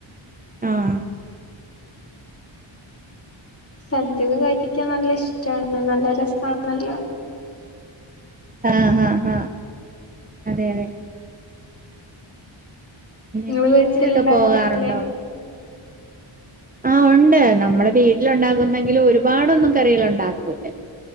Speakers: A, on the right (about 15°); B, on the left (about 30°).
A: ആഹ്
B: സദ്യക്കെ കഴിക്കാൻ നല്ല ഇഷ്ടാണ്, നല്ല രസാണല്ലോ.
A: ആഹ് ഹ-ഹ അതെയതെ. പിന്നെ
B: നിങ്ങള്
A: ബീച്ചിലൊക്കെ
B: വീട്ടിലുണ്ടാക്കാറില്ലേ
A: പോകാറുണ്ടോ. ആഹ് ഉണ്ട് നമ്മള് വീട്ടിലുണ്ടാകുന്നെങ്കിലും ഒരുപാടൊന്നും കറികളുണ്ടാക്കൂല.